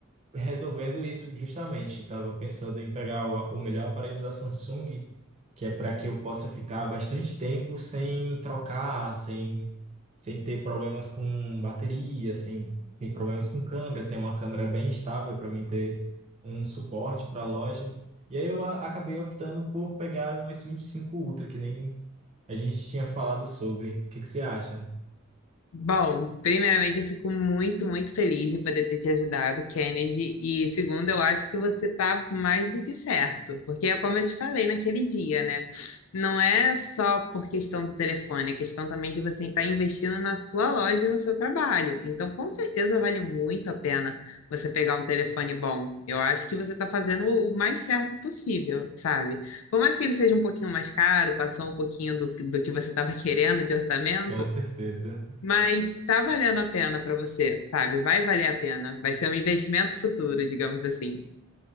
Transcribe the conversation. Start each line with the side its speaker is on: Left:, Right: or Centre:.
Right: resolvendo isso justamente. Eu estava pensando em pegar o, o melhor aparelho da Samsung, que é para que eu possa ficar bastante tempo sem trocar, sem, sem ter problemas com bateria, sem ter problemas com câmera, ter uma câmera bem estável para mim ter um suporte para a loja. E aí eu a- acabei optando por pegar um s vinte e cinco Ultra, que nem a gente tinha falado sobre. O que que você acha?
Left: Bom, primeiramente eu fico muito, muito feliz de poder ter te ajudado, Kennedy. E segundo, eu acho que você tá mais do que certo, porque é como eu te falei naquele dia, né? Não é só por questão do telefone, é questão também de você estar investindo na sua loja, e no seu trabalho. Então, com certeza vale muito a pena você pegar um telefone bom. Eu acho que você está fazendo o mais certo possível, sabe? Por mais que ele seja um pouquinho mais caro, passou um pouquinho do, do que você estava <laughs> querendo de orçamento.
Right: Com certeza.
Left: Mas tá valendo a pena para você, sabe? Vai valer a pena. Vai ser um investimento futuro, digamos assim.